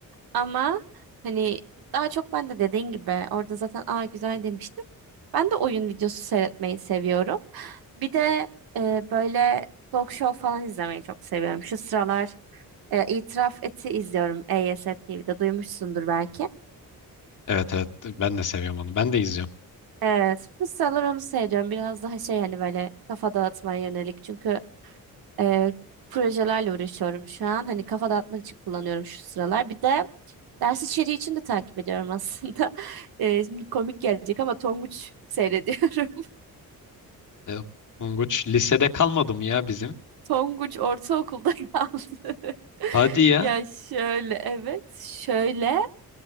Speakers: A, on the right (about 80°); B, on the left (about 55°).
A: Ama hani daha çok ben de dediğin gibi orada zaten aa güzel demiştim. Ben de oyun videosu seyretmeyi seviyorum. Bir de e, böyle talk show falan izlemeyi çok seviyorum. Şu sıralar e, İtiraf Et'i izliyorum E Y S T TV'de duymuşsundur belki.
B: Evet evet ben de seviyorum onu. Ben de izliyorum.
A: Evet, bu sıralar onu seyrediyorum. Biraz daha şey hani böyle kafa dağıtmaya yönelik. Çünkü e, projelerle uğraşıyorum şu an. Hani kafa dağıtmak için kullanıyorum şu sıralar. Bir de ders içeriği için de takip ediyorum aslında. <laughs> E, şimdi komik gelecek ama Tonguç seyrediyorum.
B: E, Tonguç lisede kalmadı mı ya bizim?
A: <laughs> Tonguç ortaokulda <laughs> kaldı. <laughs>
B: Hadi ya.
A: Ya şöyle evet şöyle